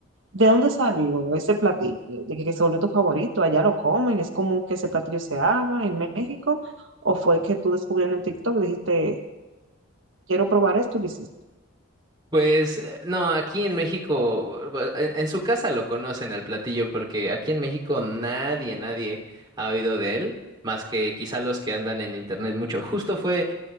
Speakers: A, on the right; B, on the right.
A: ¿de dónde salió ese platillo? ¿De que, que se volvió tu favorito? ¿Allá lo comen? ¿Es común que ese platillo se haga en México? ¿O fue que tú descubriendo en TikTok dijiste, quiero probar esto y lo hiciste?
B: Pues eh, no, aquí en México, bu- bu- en en su casa lo conocen al platillo porque aquí en México nadie, nadie ha oído de él, más que quizá los que andan en internet mucho. Justo fue